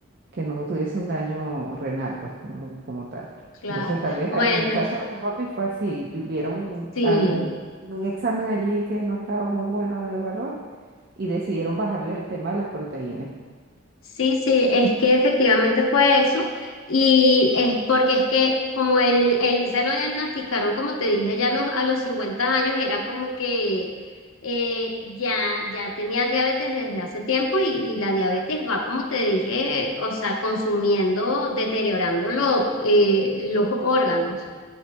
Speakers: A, on the right; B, on the left.
A: que no tuviese un daño renal, pues como, como tal.
B: claro.
A: Entonces, tal vez
B: Bueno,
A: en el caso de tu papi fue así, vieron
B: sí,
A: algún un examen allí que no estaba muy bueno de valor y decidieron bajarle el tema de las proteínas.
B: sí, sí, es que efectivamente fue eso y es porque es que como él, él se lo diagnosticaron, como te dije, ya a los, a los 50 años era como que eh, ya, ya tenía diabetes desde hace tiempo y, y la diabetes va, como te dije, o sea, consumiendo, deteriorando lo- eh, los órganos.